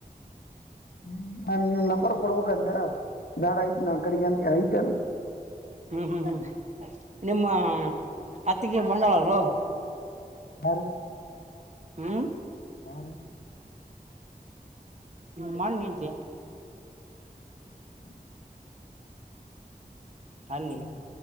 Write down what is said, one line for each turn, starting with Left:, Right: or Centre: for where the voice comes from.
Left: ಹ್ಮ ನಂಬರ್ ಕೊಡ್ಬೇಕಂದ ಬಾಡ್ ಐತ್ ನ ಕಡೆಂತ ಐತ
Right: ಹ್ಮ್ ಹ್ಮ್ ಹ್ಮ್ ನಿಮ್ಮ ಅತ್ತಿಗೆ ಮಂಡಳಲ್ಲು
Left: ಯಾರು
Right: ಹ್ಮ್
Left: ಯಾರು
Right: ನಿಮ್ ಅಣ್ಣಹೆಂಡ್ತಿ
Left: ಹ
Right: ಅಲ್ಲಿ
Left: ಯಾರು